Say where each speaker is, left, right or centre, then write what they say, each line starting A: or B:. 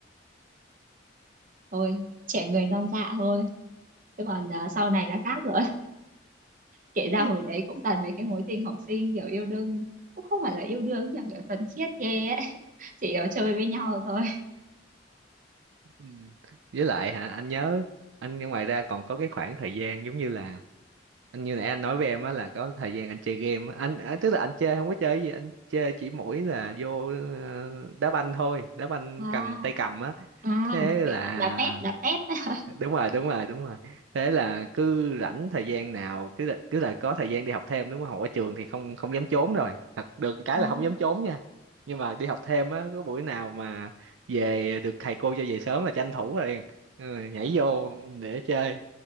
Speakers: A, on the right; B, on the right.
A: thôi trẻ người non dạ thôi chứ còn ờ, sau này là khác rồi kể ra
B: <laughs>
A: hồi đấy cũng toàn mấy cái mối tình học sinh kiểu yêu đương cũng không phải là yêu đương nhưng mà kiểu thuần khiết ghê ấy <laughs> chỉ kiểu chơi với nhau thôi
B: Ừ. Với lại hả anh nhớ anh ngoài ra còn có cái khoảng thời gian giống như là anh như nãy anh nói với em á là có thời gian anh chơi game á anh à, tức là anh chơi không có chơi gì anh chơi chỉ mỗi là vô ờ, đá banh thôi đá banh
A: à
B: cầm tay cầm á
A: à
B: thế
A: kiểu
B: là
A: đá tép đá tép <laughs>
B: đúng rồi đúng rồi đúng rồi thế là cứ rảnh thời gian nào cứ là, cứ là có thời gian đi học thêm đúng không học ở trường thì không không dám trốn rồi thật được cái
A: à,
B: là không dám trốn nha nhưng mà đi học thêm á có buổi nào mà về được thầy cô cho về sớm là tranh thủ liền ừ, nhảy vô để chơi